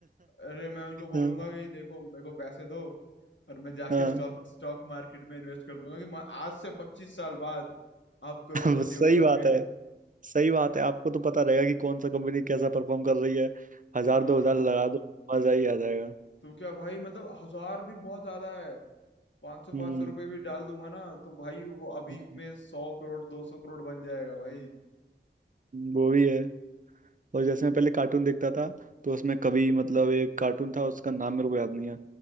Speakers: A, on the left; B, on the right.
A: अरे मैं उनको बोलूंगा
B: हाँ
A: कि देखो मेरे को पैसे दो और मैं जाके
B: हाँ।
A: स्टॉक स्टॉक मार्केट में इन्वेस्ट कर दूंगा कि म- आज से पच्चीस साल बाद आप करोड़पति
B: वो सही
A: हो जाओगे
B: बात है सही बात है आपको तो पता रहेगा कि कौन सा कंपनी कैसा परफॉर्म कर रही है हजार
A: हाँ
B: दो हजार लगा दो मजा ही आ जाएगा
A: तो क्या भाई मतलब हजार भी बहुत ज्यादा है पाँच सौ पाँच
B: हम्म
A: सौ रुपये भी डाल दूंगा ना तो भाई वो अभी
B: हम्म,
A: में सौ करोड़ दो सौ करोड़ बन जाएगा भाई
B: वो भी है और जैसे मैं पहले कार्टून देखता था तो उसमें कभी मतलब एक कार्टून था उसका नाम मेरे को याद नहीं है